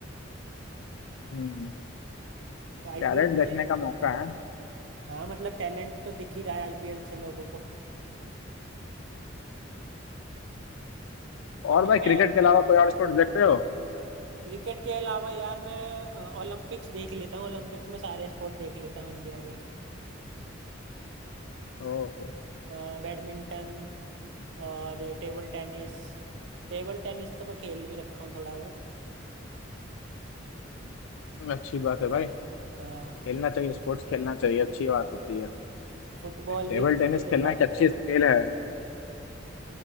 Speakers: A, on the left; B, on the right.
A: हम्म
B: तो आईपीएल
A: टैलेंट देखने
B: से
A: का मौका है
B: हाँ मतलब टैलेंट तो दिख ही रहा है आईपीएल से लोगों को वरना
A: और भाई क्रिकेट
B: क्या
A: के अलावा कोई और स्पोर्ट्स देखते हो
B: क्रिकेट के अलावा यार मैं ओलंपिक्स देख लेता हूँ ओलंपिक्स में सारे स्पोर्ट देख लेता हूँ इंडिया के
A: तो तो
B: हाँ बैडमिंटन और टेबल टेनिस टेबल टेनिस तो मैं खेल भी रखा हूँ थोड़ा बहुत
A: अच्छी बात है भाई
B: हाँ
A: खेलना चाहिए स्पोर्ट्स खेलना चाहिए अच्छी बात होती है
B: फुटबॉल
A: टेबल
B: भी देख
A: टेनिस
B: लेता
A: खेलना
B: हूँ
A: एक अच्छी स्किल है